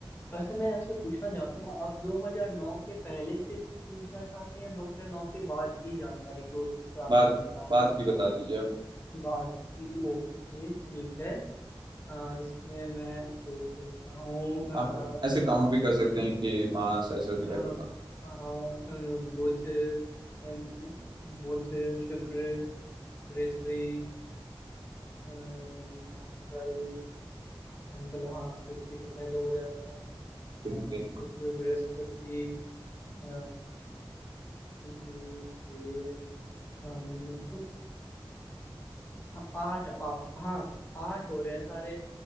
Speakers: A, on the left; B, on the right.
A: वैसे मैं आपसे पूछना चाहता हूँ आप 2009 के पहले से पूछना चाहते हैं या 2009 के बाद की जानकारी को प्राप्त
B: बात
A: करना चाहते
B: बात भी बता दीजिए आप
A: हैं बाद की ओके ठीक है अ, इसमें मैं सोच लेता हूँ अ,
B: आप ऐसे काउंट भी कर सकते हैं कि मास ऐसे ऐसे
A: अ,
B: करके
A: अ, अ, बुध अ, बुध शुक्र पृथ्वी अ, मंगल मंगल हाँ पृथ्वी के पहले हो जाएगा अ,
B: आप-
A: शुक्र बृहस्पति अ, ये अम, <clears throat> आठ आठ हाँ आठ हो रहे हैं सारे